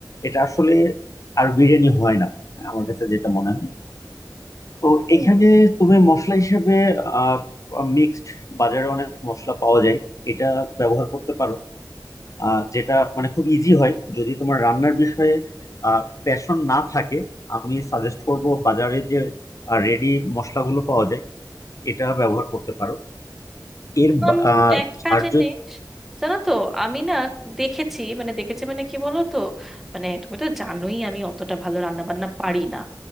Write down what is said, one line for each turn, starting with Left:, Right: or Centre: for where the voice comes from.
Left: এটা আসলে আর বিরিয়ানি হয় না আমার কাছে যেটা মনে হয় তো
Centre: হুম,
Left: এখানে তুমি মশলা হিসেবে আহ মিক্সড বাজারে অনেক মশলা পাওয়া যায় এটা ব্যবহার করতে পারো আহ যেটা মানে খুব ইজি হয় যদি তোমার রান্নার বিষয়ে আহ প্যাশন না থাকে আমি সাজেস্ট করব বাজারে যে রেডি মশলাগুলো পাওয়া যায় এটা ব্যবহার করতে পারো এর বা-
Centre: আম,
Left: আহ,
Centre: একটা
Left: আর
Centre: জিনিস
Left: যদি
Centre: জানো তো আমি না দেখেছি মানে দেখেছি মানে কি বলো তো মানে তুমি তো জানোই আমি অতটা ভালো রান্না বান্না পারি না